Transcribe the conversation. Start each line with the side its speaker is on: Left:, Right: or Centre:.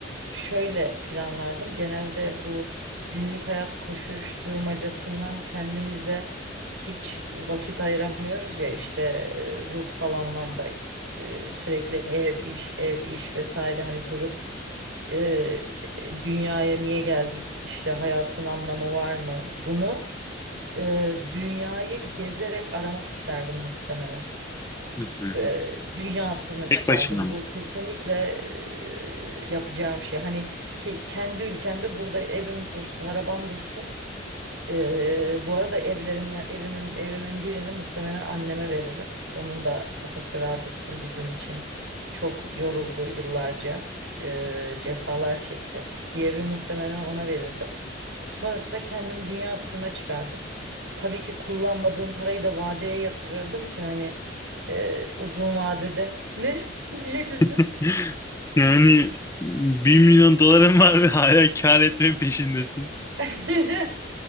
Right: şöyle planlardım. Genelde bu günlük hayat koşuşturmacasından kendimize hiç vakit ayıramıyoruz ya işte e, ruhsal anlamda e, sürekli ev iş ev iş vesaire hani durup e, dünyaya niye geldik işte hayatın anlamı var mı bunu e, dünyayı gezerek aramak isterdim muhtemelen
Left: hı hı.
Right: e, dünya turuna çıkardım.
Left: Tek başına mı?
Right: Bu kesinlikle e, yapacağım şey. Hani ke- kendi ülkemde burada evim dursun, arabam dursun. Ee, bu arada evlerimle evimin evimin birini muhtemelen anneme veririm. Onun da kafası rahat etsin bizim için. Çok yoruldu yıllarca. ee, cefalar çekti. Bir evi muhtemelen ona verirdim. Sonrasında kendim dünya turuna çıkardım. Tabii ki kullanmadığım parayı da vadeye yatırırdım ki hani ee, uzun vadede. Ne? <laughs> Niye güldün?
Left: <laughs> Yani bir milyon doların var ve hala kar etme peşindesin.
Right: <laughs>